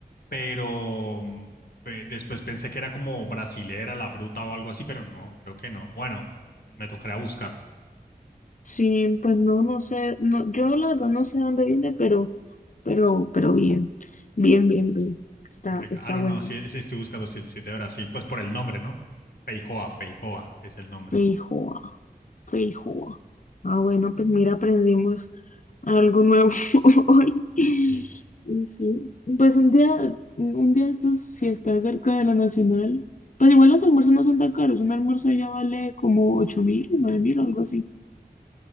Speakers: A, on the left (about 70°); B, on the left (about 55°).
A: pero mm, pe- después pensé que era como brasilera la fruta o algo así, pero no, creo que no. Bueno, me tocaría buscar.
B: Sí, pues no, no sé. No, yo la verdad no sé dónde viene, pero, pero, pero bien. Bien, bien, bien. Está,
A: Muy rica.
B: está
A: Ah, no,
B: bueno.
A: no, sí, sí estoy buscando, sí, sí es de Brasil, pues por el nombre, ¿no? Feijoa, Feijoa es el nombre,
B: Feijoa, feijoa. Ah, bueno, pues mira, aprendimos. algo nuevo <laughs> hoy. Y
A: sí.
B: sí, pues un día, un día estos, si está cerca de la Nacional, pues igual los almuerzos no son tan caros, un almuerzo ya vale como ocho mil, nueve mil o algo así.